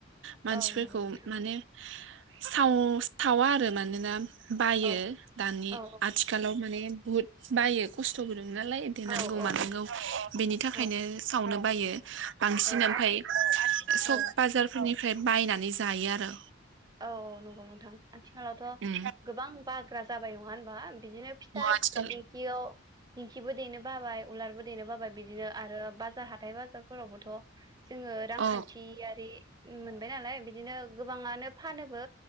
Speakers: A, on the right (about 65°); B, on the right (about 20°).
A: मानसिफोरखौ
B: औ नंगौ नोंथां
A: माने साव सावा आरो मानोना बायो
B: औ
A: दानि
B: औ
A: आथिखालाव माने बुहुद बायो खस्थबो दङ नालाय देनांगौ
B: औ औ
A: मानांगौ
B: नंगौ
A: बेनि थाखायनो
B: औ
A: सावनो बायो। बांसिन
B: औ
A: ओमफाय
B: आथिं औ
A: सक बाजारफोरनि फ्राय बायनानै जायो आरो।
B: औ औ नंगौ नोंथां आथिखालावथ'
A: उम
B: गोबां बाग्रा जाबाय नङा होन बा बिदिनो फिथा
A: आथिखाल
B: दिंखिआव दिंखिबो देनो बाबाय उवालबो देनो बाबा बिदिनो आरो बाजार हाथ थाइ बाजारफोरावबोथ' जोंङो रांखान्थियारि
A: अ औ
B: मोनबाय नालाय बिदिनो गोबाङा फानोबो